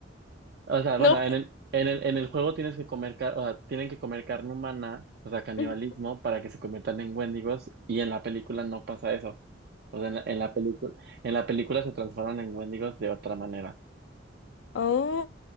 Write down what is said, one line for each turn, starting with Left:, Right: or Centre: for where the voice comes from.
Right: O sea, bueno,
Left: No.
Right: en el, en el, en el juego tienes que comer, car- o sea, tienen que comer carne humana, o sea, canibalismo,
Left: ujú.
Right: para que se conviertan en Wendigos, y en la película no pasa eso. O sea, en la, en la película, en la película se transforman en Wendigos de otra manera.
Left: Ah.